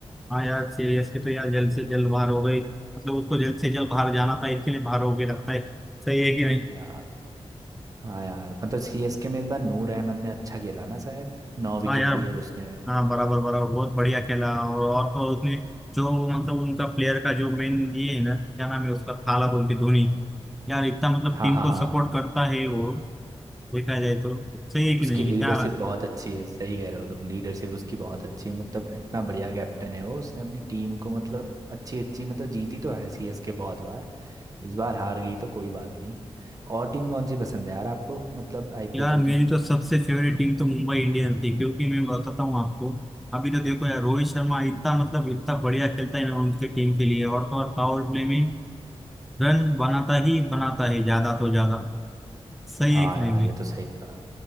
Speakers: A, in the centre; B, on the right.
A: हाँ यार सीएसके तो यार जल्द से जल्द बाहर हो गई मतलब उसको जल्द से जल्द बाहर जाना था इसके लिए बाहर हो गई लगता है सही है कि नहीं
B: या हाँ यार मतलब सीएसके में इस बार नूर अहमद ने अच्छा खेला ना शायद नौ विकेट
A: हाँ यार
B: लिए उसने
A: हाँ बराबर बराबर बहुत बढ़िया खेला और और तो और उसने जो मतलब उनका प्लेयर का जो मेन ये है ना क्या नाम है उसका थाला बोल के धोनी यार इतना मतलब
B: हाँ
A: टीम
B: हाँ
A: को
B: हाँ
A: सपोर्ट करता है वो देखा जाए तो सही है कि
B: उसकी
A: नहीं
B: लीडरशिप
A: क्या
B: बहुत अच्छी है सही कह रहे हो तुम लीडरशिप उसकी बहुत अच्छी है मतलब इतना बढ़िया कैप्टन है वो उसने अपनी टीम को मतलब अच्छी अच्छी मतलब जीती तो है सीएसके बहुत बार इस बार हार गई तो कोई बात नहीं और टीम कौन सी पसंद है यार आपको मतलब आईपीएल
A: यार मेरी
B: में
A: तो सबसे फेवरेट टीम तो मुंबई इंडियन थी क्योंकि मैं बताता हूँ आपको अभी तो देखो यार रोहित शर्मा इतना मतलब इतना बढ़िया खेलता है ना उनके टीम के लिए और तो और पावर प्ले में रन बनाता ही बनाता है ज्यादा तो ज्यादा सही
B: हाँ
A: है कि
B: यार
A: नहीं भाई
B: ये तो सही कहा